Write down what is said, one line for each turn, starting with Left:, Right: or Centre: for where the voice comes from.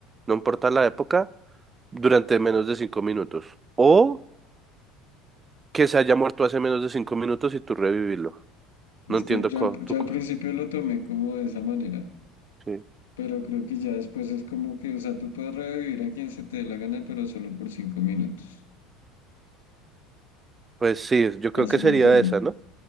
Right: no importa la época, durante menos de cinco minutos? O que se haya muerto hace menos de cinco minutos y tú revivirlo.
Left: Es
Right: No entiendo
Left: que yo
Right: cómo,
Left: al,
Right: tú,
Left: yo al
Right: co-
Left: principio lo tomé como de esa manera,
Right: sí.
Left: pero creo que ya después es como que, o sea, tú puedes revivir a quien se te dé la gana, pero solo por cinco minutos.
Right: Pues sí, yo
Left: Así
Right: creo que sería
Left: lo tomé.
Right: esa, ¿no?